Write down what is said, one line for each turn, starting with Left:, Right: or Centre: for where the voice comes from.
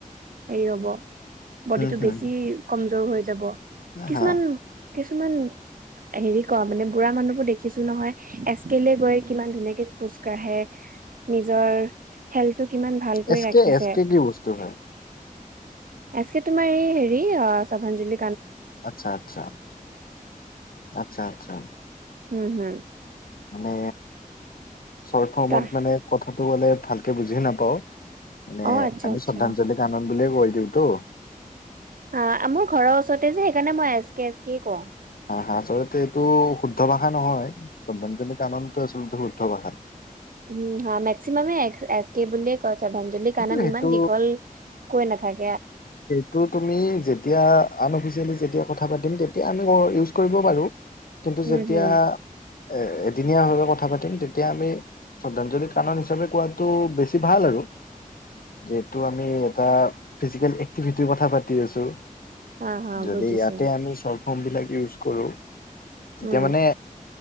Right: হেৰি হব, বডিটো
Left: হম হম
Right: বেছি কমজৌৰ হৈ যাব। কিছুমান
Left: হা
Right: কিছুমান হেৰি ক মানে বুঢ়া মানুহবোৰ দেখিছো নহয় এচ কেলে গৈ কিমান ধুনীয়াকে খোজ কাঢ়ে। নিজৰ হেল্থটো কিমান ভালকৈ
Left: এছ
Right: ৰাখিছে।
Left: কে এছ কে কি বস্তু হয়
Right: এচকে তোমাৰ এই হেৰি অ শ্ৰধাঞ্জলি
Left: আত্চ্ছা আত্চ্ছা আত্চ্ছা আত্চ্ছা
Right: উম হম।
Left: মানে চট ফৰ্মত
Right: তা
Left: মানে কথাটো গ'লে ভাল। কে বুজি নাপাওঁ মানে
Right: অ
Left: আমি
Right: আচ্ছা আচ্ছা
Left: শ্ৰদ্ধাঞ্জলি কানন বুলিয়ে কৈ দিওঁ ত।
Right: অ মোৰ ঘৰৰ ওচৰতে যে সেইকাৰণে মই এজ কে এফ কে কওঁ।
Left: হা আচলতে এইটো শুদ্ধ ভাষা নহয় শ্রদ্ধাঞ্জলি কাননটো আচলতে শুদ্ধ ভাষাত।
Right: উম হা মেক্সিমামে এছ কে বুলিয়ে কয় শ্ৰদ্ধাঞ্জলি
Left: কিন্তু
Right: কানন
Left: সেইটো
Right: ইমান দীঘল। কৈ নাথাক-
Left: সেইটো তুমি যেতিয়া আন অফিচিয়েলি যেতিয়া কথা পাতিম তেতিয়া আমি ইউজ কৰিব পাৰোঁ। কিন্তু
Right: উম
Left: যেতিয়া,
Right: হম
Left: এ এদিনীয়া হয় ভয় কথা পাতিম তেতিয়া আমি শ্ৰদ্ধাঞ্জলি কানন হিচাপে কোৱাটো বেছি ভাল আৰু। যিহেতু আমি এটা ফিজিকেল এক্টিভিটিৰ কথা পাতি আছো।
Right: হা হা
Left: যদি
Right: বুজিছো
Left: ইয়াতে আমি চৰ্ত ফ্ৰৰ্মবিলাক ইউজ কৰোঁ। তেতিয়া
Right: উম
Left: মানে